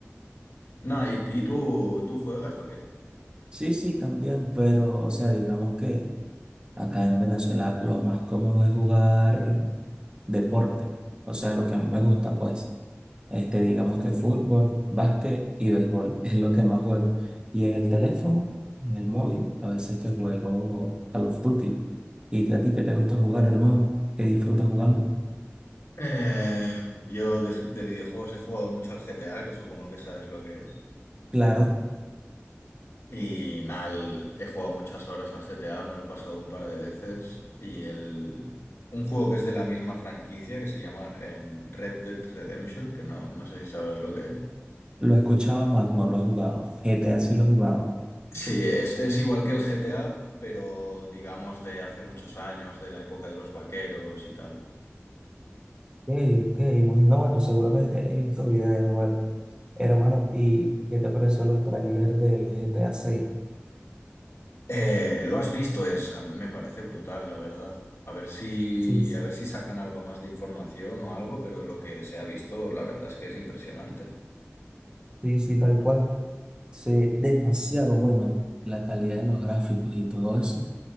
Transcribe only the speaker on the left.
nada, ¿y, y tú, tú juegas o qué?
Eh, yo de, de videojuegos he jugado mucho al GTA, que supongo que sabes lo que es.
Y nada, el- he jugado muchas horas al GTA, me lo he pasado un par de veces. Y el... un juego que es de la misma franquicia, que se llama em, Red Dead Redemption, que no, no sé si sabrás lo que es.
Sí, es, es igual que el GTA, pero digamos de hace muchos años, de la época de los vaqueros y tal.
Eh, lo has visto, es, a- me parece brutal, la verdad. A ver si,
a ver si sacan algo más de información o algo, pero lo que se ha visto, la verdad es que es impresionante.